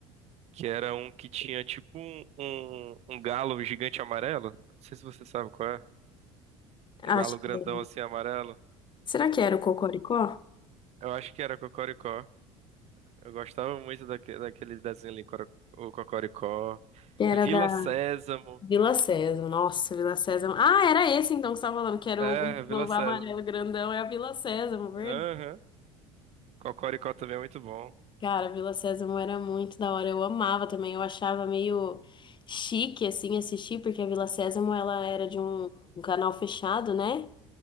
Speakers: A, on the right; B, on the left.
A: que era um que tinha tipo um, um, um galo gigante amarelo. Não sei se você sabe qual é.
B: Acho
A: Um galo grandão
B: que... era-
A: assim amarelo.
B: Será que era o Cocoricó?
A: Eu acho que era Cocoricó. Eu gostava muito daque, daquele desenho ali, Coro- o Cocoricó.
B: Que era
A: Vila
B: da
A: Sésamo.
B: Vila Sésamo. Nossa, Vila Sésamo. Ah, era esse então que você estava falando, que era
A: É,
B: o Globo
A: Vila Sésamo.
B: Amarelo Grandão, é a Vila Sésamo, verdade.
A: Aham. Cocoricó também é muito bom.
B: Cara, Vila Sésamo era muito da hora. Eu amava também, eu achava meio chique, assim, assistir, porque a Vila Sésamo, ela era de um um canal fechado, né?